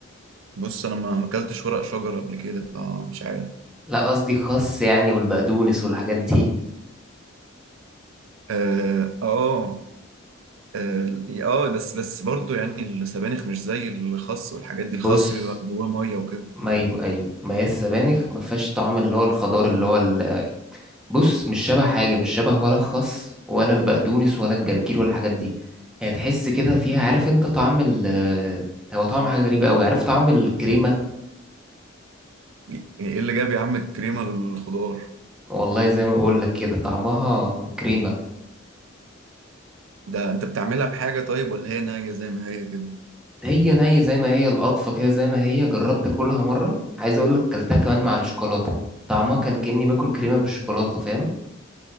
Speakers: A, on the right; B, in the centre.
A: بص انا ما ما اكلتش ورق شجر قبل كده فمش عارف
B: لا قصدي خس يعني والبقدونس والحاجات دي
A: اه اه اه آه، بس بس برضو يعني السبانخ مش زي الخس والحاجات
B: <laughs>
A: دي الخس
B: بص
A: بيبقى جواه ميه وكده
B: ما ايوه ايوه ما هي السبانخ ما فيهاش طعم اللي هو الخضار اللي هو ال... بص مش شبه حاجة مش شبه ولا الخس ولا البقدونس ولا الجرجير ولا الحاجات دي يعني تحس كده فيها عارف انت طعم ال هو طعم حاجة غريبة قوي عارف طعم الكريمة
A: يعني ايه اللي جاب يا عم الكريمه للخضار
B: والله زي ما بقول لك كده طعمها كريمة
A: ده انت بتعملها بحاجه طيب ولا هي نيه زي ما هي كده
B: هي نية زي ما هي القطفة كده زي ما هي جربت أكلها مرة عايز أقول لك كلتها كمان مع الشوكولاتة طعمها كان كأني باكل كريمة بالشوكولاتة فاهم